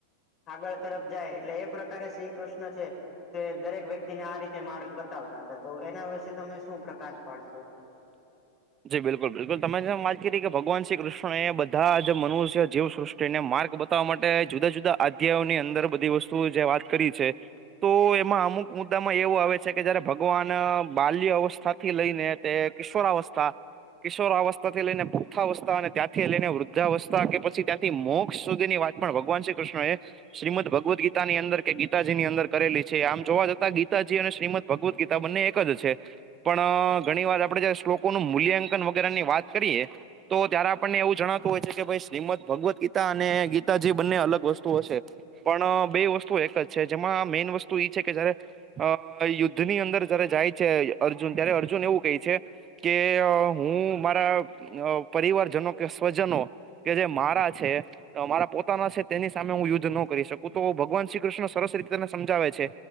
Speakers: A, on the left; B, on the right.
A: આગળ તરફ જાય એટલે એ પ્રકારે શ્રી કૃષ્ણ છે. તે દરેક વ્યક્તિને આ રીતે માર્ગ બતાવતા હતા. તો એના વિશે તમે શું પ્રકાશ પાડશો?
B: જી બિલકુલ, બિલકુલ તમે જેમ વાત કીધી કે ભગવાન શ્રી કૃષ્ણ એ બધા જ મનુષ્ય જીવ સૃષ્ટિને માર્ગ ત માટે જુદા જુદા અધ્યાયોની અંદર બધી વસ્તુઓ જે વાત કરી છે. તો એમાં અમુક મુદ્દામાં એવું આવે છે કે જયારે ભગવાન અ બાલ્ય અવસ્થાથી લઈને તે કિશોરાવસ્થા. કિશોરાવસ્થા થી લઈને પુખ્તાવસ્થા અને ત્યાંથી લઈને વૃદ્ધાવસ્થા કે પછી ત્યાંથી મોક્ષ સુધીની વાત પણ ભગવાન શ્રી કૃષ્ણ એ શ્રીમદ ભગવદ્ ગીતાની અંદર કે ગીતાજી ની અંદર કરેલી છે આમ જોવા જતાં ગીતાજી અને શ્રીમદ ભગવદ્ ગીતા બંને એક જ છે પણ ઘણી વાર આપડે જ શ્લોક લોકો ન મૂલ્યાંકન વગેરે ની વાત કરીએ. તો ત્યારે આપણને એવું જણાતું હોય છે કે ભાઈ શ્રીમદ ભગવદ્ ગીતા અને ગીતાજી બંને અલગ વસ્તુ ઓ જે પણ બે વસ્તુ એક જ છે જેમાં મેન વસ્તુ છે કે જયારે અ યુદ્ધ ની અંદર જયારે જાય છે અર્જુન ત્યારે અર્જુન એવું કહે છે. કે હું મારા પરિવારજનો કે સ્વજનો કે જે મારા છે. મારા પોતાના છે તેની સામે હું યુદ્ધ ન કરી શક તો ભગવાન શ્રી કૃષ્ણ સરસ રીતે તેને સમજાવે છે.